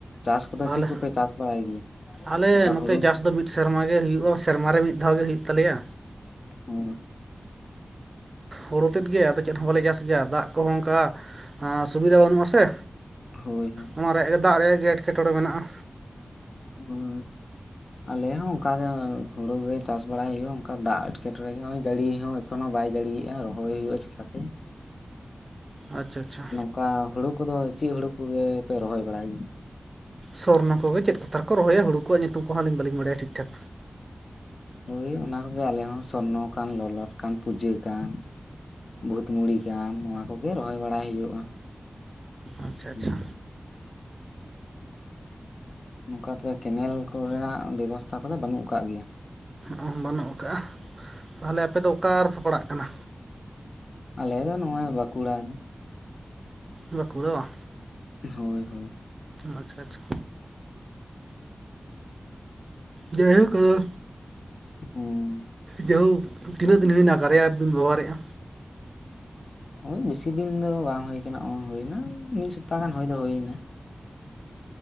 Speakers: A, on the left; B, on the right.
A: ᱪᱟᱥ ᱠᱚᱫᱚ
B: ᱛᱟᱦᱚᱞᱮ
A: ᱪᱮᱫ ᱠᱚᱯᱮ ᱪᱟᱥ ᱵᱟᱲᱟᱭ ᱜᱮᱭᱟ
B: ᱟᱞᱮ
A: ᱚᱱᱠᱟ
B: ᱱᱚᱛᱮ
A: ᱦᱳᱲᱳ
B: ᱪᱟᱥ ᱫᱚ ᱢᱤᱫ ᱥᱮᱨᱢᱟ ᱜᱮ ᱦᱩᱭᱩᱜᱼᱟ ᱥᱮᱨᱢᱟᱨᱮ ᱢᱤᱫ ᱫᱷᱟᱣ ᱜᱮ ᱦᱩᱭᱩᱜ ᱛᱟᱞᱮᱭᱟ
A: ᱦᱳ
B: ᱦᱳᱲᱩ ᱛᱮᱫ ᱜᱮ ᱟᱫᱚ ᱪᱮᱫ ᱦᱚᱸ ᱵᱟᱞᱮ ᱪᱟᱥ ᱜᱮᱭᱟ ᱫᱟᱜ ᱠᱚᱦᱚᱸ ᱚᱱᱠᱟ ᱥᱩᱵᱤᱫᱷᱟ ᱵᱟᱹᱱᱩᱜ ᱟᱥᱮ
A: ᱦᱳᱭ
B: ᱚᱱᱟ ᱨᱮᱭᱟᱜ ᱫᱟᱜ ᱨᱮᱭᱟᱜ ᱮᱴᱠᱮᱴᱚᱬᱮ ᱢᱮᱱᱟᱜᱼᱟ
A: ᱦᱳᱭ ᱟᱞᱮ ᱦᱚᱸ ᱚᱱᱠᱟᱟᱜ ᱜᱮ ᱦᱩᱲᱩ ᱜᱮ ᱪᱟᱥ ᱵᱟᱲ ᱦᱳᱭᱳᱼᱟ ᱚᱱᱠᱟ ᱫᱟᱜ ᱮᱴᱠᱮᱴᱚᱬᱮ ᱜᱮ ᱱᱚᱜᱚᱭ ᱡᱟᱹᱲᱤ ᱦᱚᱸ ᱮᱠᱷᱚᱱ ᱦᱚᱸ ᱵᱟᱭ ᱡᱟᱹᱲᱮᱭᱟᱜᱼᱟ ᱨᱚᱦᱚᱭ ᱦᱩᱭᱩᱜᱼᱟ ᱪᱮᱠᱟᱛᱮ᱾
B: ᱟᱪᱷᱟ ᱟᱪᱷᱟ
A: ᱚᱱᱠᱟ ᱦᱩᱲᱩ ᱠᱚᱫᱚ ᱪᱮᱫ ᱦᱩᱲᱩ ᱠᱚᱜᱮᱯᱮ ᱨᱚᱦᱚᱭ ᱵᱟᱲᱟᱭ ᱜᱮᱭᱟ
B: ᱥᱚᱨᱱᱚ ᱠᱚᱜᱮ ᱪᱮᱫ ᱠᱚᱛᱷᱟ ᱨᱮᱠᱚ ᱨᱚᱦᱚᱭᱟ ᱦᱩᱲᱩ ᱠᱚᱣᱟᱜ ᱧᱩᱛᱩᱢ ᱠᱚᱦᱚᱸ ᱟᱹᱞᱤᱧ ᱵᱟᱹᱞᱤᱧ ᱵᱟᱲᱟᱭᱟ ᱴᱷᱤᱠ ᱴᱷᱟᱠ
A: ᱦᱳᱭ ᱚᱱᱟ ᱠᱚᱜᱮ ᱟᱞᱮ ᱦᱚᱸ ᱥᱚᱨᱱᱚ ᱠᱟᱱ ᱞᱚᱞᱟᱴ ᱠᱟᱱ ᱯᱩᱡᱟᱹ ᱠᱟᱱ ᱵᱷᱩᱛᱢᱩᱲᱤ ᱠᱟᱱ ᱱᱚᱣᱟ ᱠᱚᱜᱮ ᱨᱚᱦᱚᱭ ᱵᱟᱲᱟᱭ ᱦᱩᱭᱩᱜᱼᱟ
B: ᱟᱪᱪᱷᱟ
A: ᱦᱮᱸ
B: ᱟᱪᱪᱷᱟ
A: <unintelligible> ᱱᱚᱝᱠᱟ ᱛᱚᱵᱮ ᱠᱮᱱᱮᱞ ᱠᱚᱨᱮᱱᱟᱜ ᱵᱮᱵᱚᱥᱛᱷᱟ ᱠᱚᱫᱚ ᱵᱟᱹᱱᱩᱜ ᱟᱠᱟᱫ ᱜᱮᱭᱟ
B: ᱦᱚᱸᱜᱼ ᱵᱟᱹᱱᱩᱜ ᱟᱠᱟᱫᱼᱟ ᱛᱟᱦᱚᱞᱮ ᱟᱯᱮᱫᱚ ᱚᱠᱟᱨᱮ ᱯᱮ ᱯᱲᱟᱜ ᱠᱟᱱᱟ
A: ᱟᱞᱮ ᱫᱚ ᱱᱚᱜᱼᱚᱭ ᱵᱟᱸᱠᱩᱲᱟ
B: ᱵᱟᱸᱠᱩᱲᱟ ᱵᱟᱝ
A: ᱦᱳᱭ ᱦᱳᱭ
B: ᱟᱪᱷᱟ ᱟᱪᱷᱟ ᱡᱟᱭᱦᱳᱠ ᱟᱫᱚ
A: ᱦᱩᱸ
B: ᱡᱮᱭ ᱦᱳᱠ ᱛᱤᱱᱟᱹᱜ ᱫᱤᱱ ᱦᱩᱭᱱᱟ ᱠᱟᱨᱭᱟ ᱮᱯ ᱵᱤᱱ ᱵᱮᱵᱚᱦᱟᱨᱮᱜᱼᱟ
A: ᱳᱭ ᱵᱮᱥᱤ ᱫᱤᱱ ᱫᱚ ᱵᱟᱝ ᱦᱩᱭ ᱟᱠᱟᱱᱟ ᱦᱩᱭᱱᱟ ᱢᱤᱫ ᱥᱟᱯᱛᱟ ᱜᱟᱱ ᱦᱩᱭ ᱫᱚ ᱦᱩᱭ ᱮᱱᱟ